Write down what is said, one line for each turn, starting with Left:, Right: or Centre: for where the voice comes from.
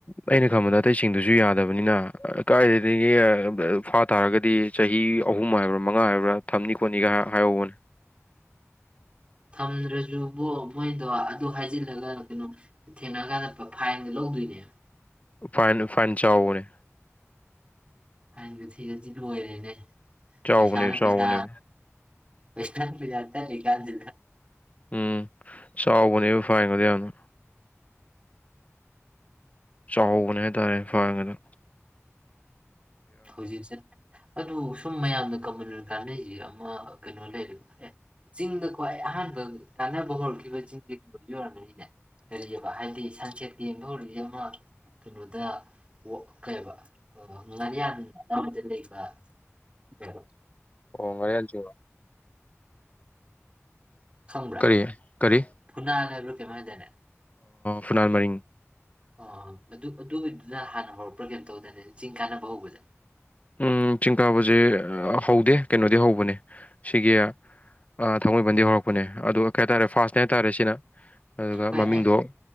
Left: ꯑꯩꯩꯅ ꯀꯃꯗ ꯑꯇꯩꯁꯤꯡꯗꯨꯁꯨ ꯌꯥꯗꯕꯅꯤꯅ ꯀꯥꯏꯗ ꯑꯩꯗꯒꯤ ꯐꯥ ꯇꯥꯔꯒꯗꯤ ꯆꯍꯤ ꯑꯍꯨꯝ ꯍꯥꯏꯕ꯭ꯔ ꯃꯉꯥ ꯍꯥꯏꯕ꯭ꯔꯥ ꯊꯝꯅꯤ ꯈꯣꯠꯅꯤꯒ ꯍꯥꯏꯍꯧꯕꯅꯦ
Right: ꯊꯝꯗ꯭ꯔꯁꯨꯕꯣ ꯃꯣꯏꯗꯣ ꯑꯗꯨ ꯍꯥꯏꯖꯤꯜꯂꯒ ꯀꯩꯅꯣ ꯊꯦꯡꯅꯔꯀꯥꯟꯗ ꯐꯥꯏꯟꯒ ꯂꯧꯗꯣꯏꯅꯦ
Left: ꯐ ꯐꯟꯆꯥꯥꯅꯦ
Right: ꯍꯪ ꯊ ꯆꯖꯤꯗꯨ ꯑꯣꯏꯔꯅꯦ
Left: ꯆꯥꯎꯕꯅꯦꯕ
Right: ꯄꯩꯁꯥꯅ
Left: ꯆꯥꯎꯕꯅꯦꯕ
Right: ꯄꯩꯁꯥ ꯄꯩꯁꯅ ꯄꯁ ꯥꯟꯖꯤ <unintelligible>
Left: ꯎꯝ ꯆꯥꯎꯕꯅꯦꯕ ꯐꯥꯏꯒꯗꯤ ꯌꯥꯝꯅ ꯆꯥꯎꯕꯅꯦ ꯍꯥꯏꯇꯥꯔꯦ ꯐꯥꯉꯗ
Right: ꯍꯧꯖꯤꯁ ꯑꯗꯨ ꯁꯨꯝ ꯃꯌꯥꯝꯅ ꯀꯃꯟ ꯀꯥꯟꯅꯔꯤꯁꯦ ꯑꯃ ꯀꯩꯅꯣ ꯂꯩꯔꯦꯕ ꯑꯦ ꯆꯤꯡꯗ ꯈ꯭ꯋꯥꯏ ꯑꯍꯥꯟꯕ ꯀꯥꯟꯅꯕ ꯍꯧꯔꯛꯈꯤꯕ ꯆꯤꯡꯁꯦ ꯀꯩꯅꯣ ꯌꯧꯔꯝꯃꯅꯤꯅꯦ ꯀꯔꯤꯑꯕ ꯍꯥꯏꯗꯤ ꯁꯟꯁꯦꯠ ꯌꯦꯡꯕ ꯍꯧꯔꯤꯛꯁꯦ ꯑꯃ ꯀꯩꯅꯣꯗ ꯀꯩꯕ ꯉꯥꯔꯤꯌꯟ ꯂꯩ ꯑ ꯀꯣ <unintelligible>
Left: ꯑꯣ ꯃꯔ ꯌꯥ ꯆ
Right: ꯈꯪꯕ꯭ꯔꯥ
Left: ꯀꯔꯤ ꯀꯔꯤ
Right: ꯄꯨꯅꯥꯅ ꯃꯗꯅꯦ <unintelligible>
Left: ꯐꯨꯅꯥꯜ ꯃꯔꯤꯡ
Right: ꯑ ꯑꯗꯨ ꯑꯗꯨꯒꯤꯗꯨꯅ ꯍꯥꯟꯅ ꯍꯧꯔꯛꯄ꯭ꯔꯥ ꯀꯩꯝ ꯇꯧꯗꯅꯦ ꯆꯤꯡ ꯀꯥꯟꯅꯕ ꯍꯧꯕꯁꯦ
Left: ꯎ ꯆꯤꯡꯀꯥꯕꯁꯦ ꯍꯧꯗꯦ ꯀꯩꯅꯣꯗꯤ ꯍꯧꯕꯅꯦ ꯁꯤꯒꯤ ꯊꯥꯡꯃꯩꯕꯟꯗꯒꯤ ꯍꯧꯔꯛꯄꯅꯦ ꯑꯣ ꯀꯩ ꯍꯥꯏ ꯇꯥꯔꯦ ꯐꯥꯁꯅꯦ ꯍꯥꯏ ꯇꯥꯔꯦ ꯁꯤꯅ ꯑꯗꯨꯒ
Right: ꯣꯏ
Left: ꯃꯃꯤꯡꯗꯣ